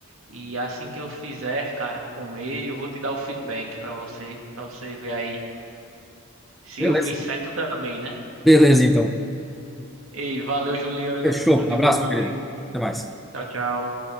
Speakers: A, on the right; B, in the centre.
A: E assim que eu fizer, cara, comer, eu vou te dar o feedback pra você, pra você ver aí se
B: Beleza.
A: eu fiz certo também, né?
B: Beleza, então.
A: Ei, valeu, Juliano.
B: Fechou.
A: Tudo de
B: Abraço,
A: bom, meu
B: meu
A: amigo.
B: querido. Até mais.
A: Tchau, tchau.